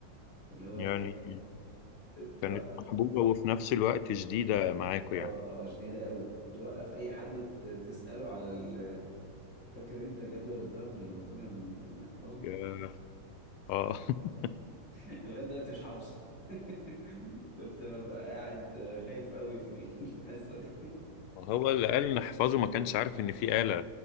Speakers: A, on the left (about 55°); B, on the left (about 85°).
A: اللي هو
B: يعني
A: كانت توقف
B: كانت محبوبة وفي نفس الوقت شديدة معاكوا
A: اه
B: يعني
A: اه شديدة قوي وتوقف اي حد ت- تسأله على ال فاكر انت جدول الضرب لما كنا بن... بنحفظه
B: يا- اه <laughs>
A: <laughs> لغاية دلوقتي مش حافظه <laughs> كنت ببقى قاعد آه، خايف قوي في الحصة دي
B: هو اللي قال نحفظه ما كانش عارف ان في آلة